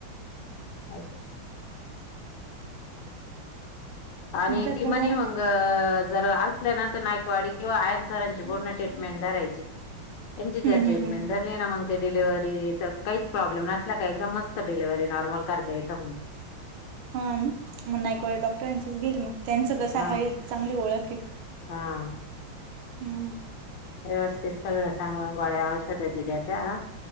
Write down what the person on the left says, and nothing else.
अस. आणि
ती
म्हणे
मंग. अ जर असल्या ना तर, नायकवाडी किंवा आहेयर सरांची पूर्ण ट्रीटमेंट धरायची. एंजिरद
ट्रीटमेंट.
<unintelligible> ना मग ते डिलिव्हरी काहीच प्रॉब्लेम नसला का, एकदम मस्त डिलेव्हरी नॉर्मल करता येथ.
हा
हा.
व्यवस्थित सगळ सांगून, गोळ्या, औषध, दिल्या त्याला